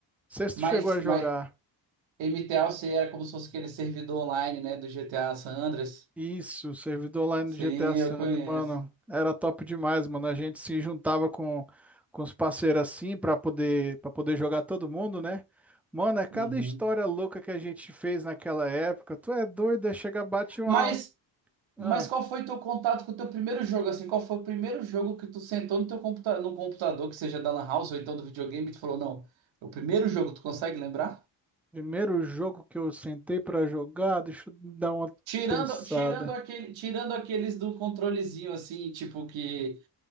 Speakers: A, in the centre; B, on the right.
A: sei se
B: mas,
A: tu chegou a jogar.
B: mas MTAOC era como se fosse aquele servidor online, né, do GTA San Andreas.
A: Isso, o servidor lá no
B: Sim,
A: GTA Sandro,
B: eu conheço.
A: mano, era top demais, mano. A gente se juntava com, com os parceiros assim pra poder para poder jogar todo mundo, né? Mano, é cada
B: Uhum.
A: história louca que a gente fez naquela época. Tu é doido, é chega bate uma
B: Mas, mas
A: ah,
B: qual foi teu contato com o teu primeiro jogo, assim? Qual foi o primeiro jogo que tu sentou no teu computa no computador, que seja da Lan House ou então do videogame, e tu falou, não, é o primeiro jogo, tu consegue lembrar?
A: primeiro jogo que eu sentei pra jogar, deixa eu dar uma
B: Tirando,
A: pensada.
B: tirando aquele, tirando aqueles do controlezinho, assim, tipo que...